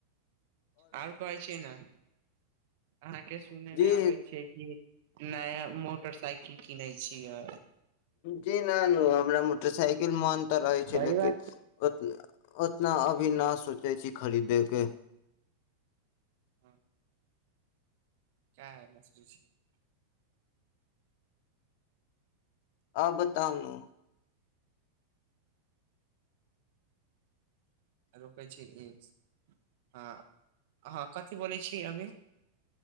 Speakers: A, on the right; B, on the left.
A: आओर कहै छिय ने। अहाँ के सुनै
B: जी
A: मे आबै छैै क। नया मोटरसाइकिल किनै छियै।
B: जी न न हमरा म। मोटरसाइकिल मोन तऽ रहै
A: सही
B: छै लेकिन
A: बात
B: ओ। उतना अभी न सोचै छी खरीदेके।
A: हँ। क्या है नसरी छी।
B: आ बताउ ने।
A: रुकै छी ई हँ ह कथिी बोलै छीय अभी।